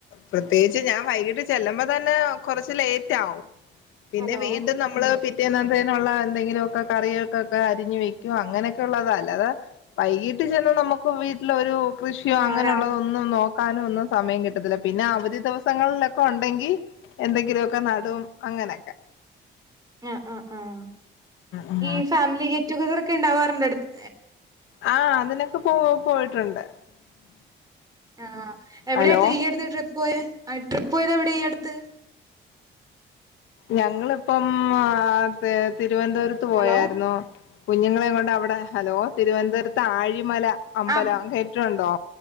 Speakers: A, on the left (about 80°); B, on the right (about 20°).
A: പ്രത്യേകിച്ച് ഞാൻ വൈകിട്ട് ചെല്ലുമ്പോ തന്നെ കൊറച്ച് ലേറ്റ് ആകും പിന്നെ
B: ഹലോ
A: വീണ്ടും നമ്മള് പിറ്റേനന്ദേനുള്ള എന്തെങ്കിലൊക്കെ കറികൾക്കൊക്കെ അരിഞ്ഞു വെക്കും അങ്ങനൊക്കെ ഉള്ളത അല്ലാതെ വൈകീട്ട് ചെന്ന് നമുക്ക് വീട്ടിലൊരു കൃഷിയോ അങ്ങനുള്ളതോ
B: ആഹ്
A: നോക്കാനും ഒന്നും സമയം കിട്ടത്തില്ല പിന്നെ അവധി ദിവസങ്ങളിലൊക്കെ ഉണ്ടെങ്കി എന്തെങ്കിലുമൊക്കെ നടും അങ്ങനൊക്കെ
B: അ ആഹ് ആഹ്
A: ഉം
B: ഈ ഫാമിലി ഗെറ്റുഗദർ ക്കെ ഉണ്ടാവാറുണ്ടോ ടുത്ത്
A: ആഹ് അതിനൊക്കെ പോ പോയിട്ടുണ്ട്
B: ആഹ് എവിടെ
A: ഹലോ
B: തീ അട്ത്ത് ട്രിപ്പ് പോയേ ആ ട്രിപ്പ് പോയത് എവിടെ ഈ അടുത്ത്
A: ഞങ്ങള് പ്പം ആത്തേത് തിരുവനന്തപുരത്ത് പോയായിരുന്നു.
B: ഹലോ
A: കുഞ്ഞുങ്ങളെ കൊണ്ട് അവിടെ ഹലോ തിരുവനന്തപുരത്ത് ആഴി ബരിമല
B: ആഹ്
A: അമ്പലം കെട്ടിട്ടുണ്ടോ